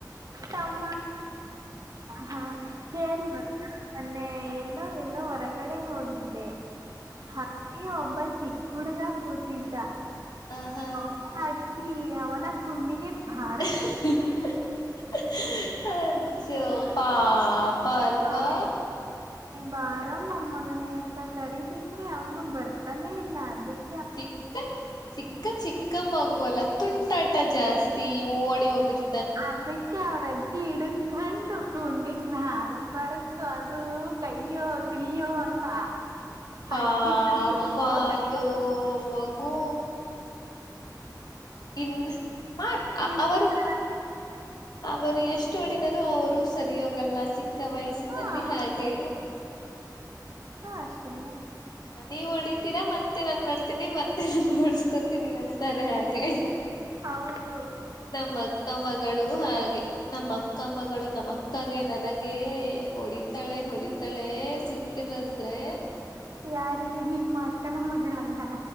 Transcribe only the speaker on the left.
ಹ ಹ
<unintelligible> ಪಾಪ ಅಲ್ವಾ
ಚಿಕ್ಕ ಚಿಕ್ಕ ಚಿಕ್ಕ್. ಕ್ಕಮಗುವಲ್ಲ ತುಂಟಾಟ ಜಾಸ್ತಿ ಓಡಿ ಹೋಗಿರ್.
ಪಾಪ್ಪದು
ಮಗು.. ಇನ್ನು ಮಾ
ಅವರು
ಅವರು ಎಷ್ಟು ಹೊಡಿದರು ಅವರು ಸರಿ ಹೋಗಲ್ಲ ಚಿಕ್ಕ್. ಚಿಕ್ಕ ವಯಸ್ಸಿನಲ್ಲಿ
ಹಾಗೆ.
ನೀವು ಹೊಡಿತೀರ ಮತ್ತೆ ನನ್ ಮಾಡ್ತೀನಿ ಮತ್ತ್. ಹೊಡ್ಸ್ಕೋತೀನಿ ಅಂತಾರೆ ಹಾಗೆ
ನಮ್ಮ ಅಕ್ಕ ಮಗಳು ಹಾಗೆ. ನಮ್ಮ ಅಕ್ಕ ಮಗಳು ನಮ್ಮ ಅಕ್ಕಗೆ ನನಗ ಹೊಡಿತಾಳೆ ಹೊಡಿತಾಳೆ ಸಿಕ್ಕಿಲದ್ರೆ.